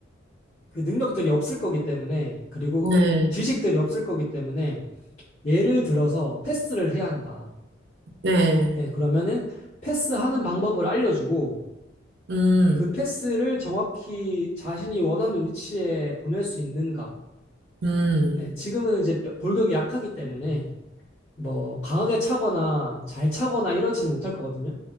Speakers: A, on the left; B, on the right.
A: 그 능력들이 없을 거기 때문에, 그리고
B: 네,
A: 지식들이 없을 거기 때문에, 예를 들어서 패스를 해야 한다.
B: 네,
A: 네, 그러면은 패스하는 방법을 알려주고,
B: 음,
A: 그 패스를 정확히 자신이 원하는 위치에 보낼 수 있는가.
B: 음,
A: 네, 지금은 이제 뼈- 골격이 약하기 때문에 뭐 강하게 차거나 잘 차거나 이러지는 못할 거거든요.